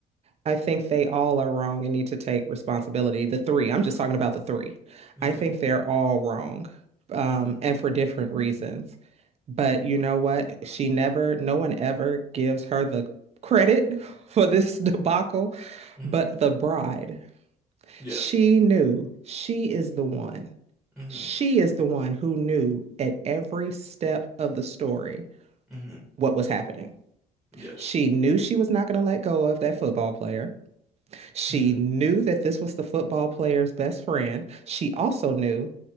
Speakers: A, on the right; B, in the centre.
A: I think they all are wrong and need to take responsibility. The three. I'm
B: Okay.
A: just talking about the three.
B: hmm
A: I think they're all wrong, um,
B: hmm
A: and for different reasons. But you know what? She never. No one ever gives her the credit <laughs> for this debacle,
B: hmm
A: but the bride.
B: Yes.
A: She knew she is the one
B: hmm
A: she is the one who knew at every step of the story
B: hmm
A: what was happening.
B: Yes.
A: She knew she was not going to let go of that football player. She
B: hmm
A: knew that this was the football player's best friend. She also knew